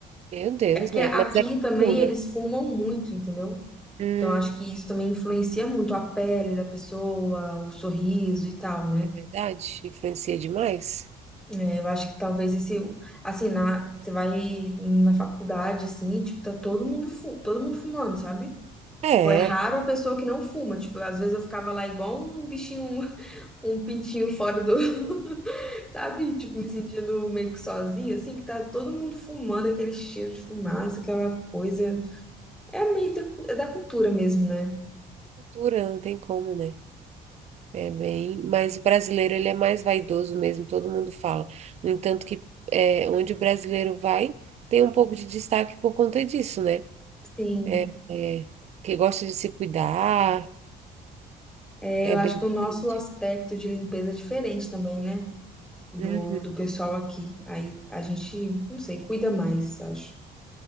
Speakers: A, on the right; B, in the centre.
A: Meu Deus,
B: É porque
A: né?
B: aqui
A: Mas é
B: também
A: cultura.
B: eles fumam muito, entendeu?
A: Hum,
B: Então, acho que isso também influencia muito a pele da pessoa, o sorriso e tal, né?
A: é verdade? Influencia demais?
B: É, Eu acho que talvez esse, assim, na, você vai na faculdade, assim, tipo, tá todo mundo, fu- todo mundo fumando, sabe?
A: É.
B: Tipo, é raro a pessoa que não fuma. Tipo, às vezes eu ficava lá igual um bichinho, <laughs> um pintinho fora do, <laughs> sabe? Tipo, me sentindo meio que sozinha, assim, que tá todo
A: Aham.
B: mundo fumando, aquele cheiro de fumaça, aquela coisa. É meio da, cu- é da cultura mesmo, né?
A: Cultura, não tem como, né? É bem, mas o brasileiro ele é mais vaidoso mesmo, todo mundo fala. No entanto que é, onde o brasileiro vai, tem um pouco de destaque por conta disso, né?
B: Sim.
A: É, é, que gosta de se cuidar,
B: É,
A: é
B: eu acho
A: bem diferente.
B: que o nosso aspecto de limpeza é diferente também, né? Do,
A: Uhum,
B: do pessoal aqui. Aí a gente, não sei, cuida mais, acho.